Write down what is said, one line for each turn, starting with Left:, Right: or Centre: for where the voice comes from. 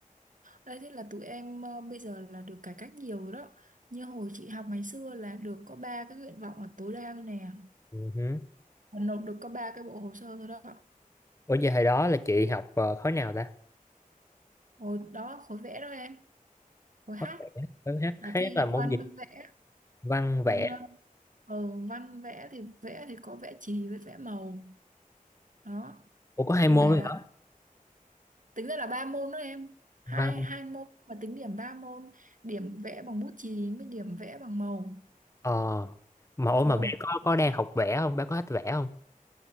Right: Đấy, thế là tụi em ờ, bây giờ là được cải cách nhiều rồi đó. Như hồi chị học ngày xưa là được có ba cái nguyện vọng là tối đa thôi nè.
Left: Ừ hứ.
Right: Và nộp được có ba cái bộ hồ sơ thôi đó.
Left: Ủa giờ hồi đó là chị học ờ, khối nào ta
Right: Hồi đó khối vẽ đó em. Khối
Left: khối
Right: hát
Left: khối hát
Right: là
Left: hát
Right: thi
Left: là môn
Right: văn
Left: gì
Right: với vẽ.
Left: văn
Right: môn
Left: vẽ
Right: ờ, ừ, văn vẽ thì vẽ thì có vẽ chì với vẽ màu đó
Left: ủa có hai
Right: là
Left: môn nữa hả
Right: tính ra là ba môn đó em hai
Left: văn
Right: hai môn mà tính điểm ba môn điểm vẽ bằng bút chì với điểm vẽ bằng màu
Left: ờ mà ủa mà
Right: ờ,
Left: bé có có đang học vẽ không bé có thích vẽ không